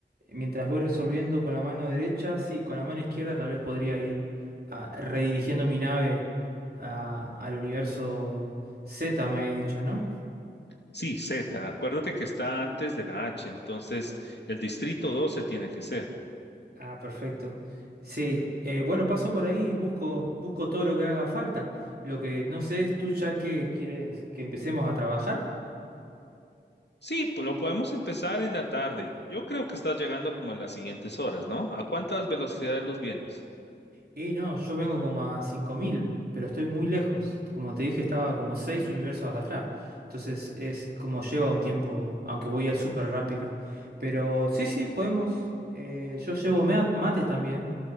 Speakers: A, on the right (about 60°); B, on the left (about 70°).
A: mientras voy resolviendo con la mano derecha, sí, con la mano izquierda tal vez podría ir a- redirigiendo mi nave a- al universo Z, me habías dicho, ¿no?
B: Sí, Z, acuérdate que está antes de la H, entonces el Distrito 12 tiene que ser.
A: Ah, perfecto. Sí, eh, bueno, paso por ahí y busco, busco todo lo que haga falta. Lo que no sé es tú ya que quieres que empecemos a trabajar.
B: Sí, pues lo podemos empezar en la tarde. Yo creo que estás llegando como en las siguientes horas, ¿no? ¿A cuántas velocidades de luz vienes?
A: Y no, yo vengo como a 5.000, pero estoy muy lejos. Como te dije, estaba como 6 universos atrás. Entonces es como lleva un tiempo, aunque voy a súper rápido. Pero sí, sí, podemos... eh, yo llevo mea- mates también.